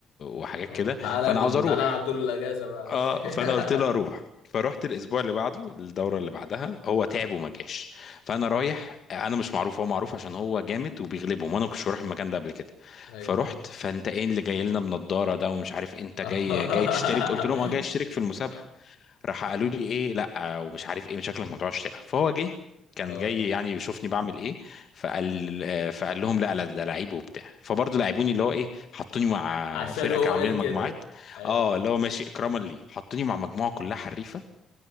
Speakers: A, on the left; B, on the left.
A: وحاجات
B: اه
A: كده
B: تعالى
A: فانا
B: يا ابني
A: عاوز اروح
B: تعالى العب طول الاجازه بقى يا باشا.
A: اه فانا قلت له اروح فروحت الاسبوع اللي بعده الدوره اللي بعدها
B: <laughs>
A: هو تعب
B: اه
A: وما جاش فانا رايح
B: اه
A: انا مش معروف هو معروف عشان هو جامد وبيغلبهم وانا ما كنتش هروح المكان ده قبل كده
B: ايوه
A: فرحت فانت ايه اللي جاي لنا بنضاره ده ومش عارف إيه، انت
B: اه
A: جاي جاي تشترك قلت لهم اه جاي اشترك في المسابقه
B: <laughs>
A: راح قالوا لي ايه لا ومش عارف ايه من شكلك ما بتعرفش تلعب فهو جه كان
B: آه.
A: جاي يعني يشوفني بعمل ايه فقال آه، فقال لهم لا لا ده لعيب وبتاع فبرضه لعبوني اللي هو ايه حطوني مع
B: عشان
A: فرقه
B: هو
A: كانوا
B: قال
A: عاملين
B: كده
A: مجموعات
B: ايوه
A: اه اللي هو ماشي اكراما لي حطوني مع مجموعه كلها حريفه